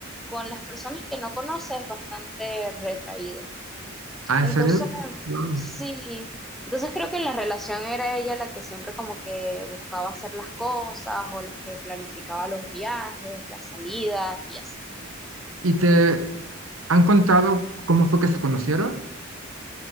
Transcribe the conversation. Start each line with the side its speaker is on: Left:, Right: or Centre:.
Centre: con las personas que no conoce es bastante retraído.
Right: Ah,
Centre: Entonces,
Right: ¿en serio? Wow.
Centre: sí, entonces creo que en la relación era ella la que siempre como que buscaba hacer las cosas o las que planificaba los viajes, las salidas y así.
Right: ¿Y te han contado cómo fue que se conocieron?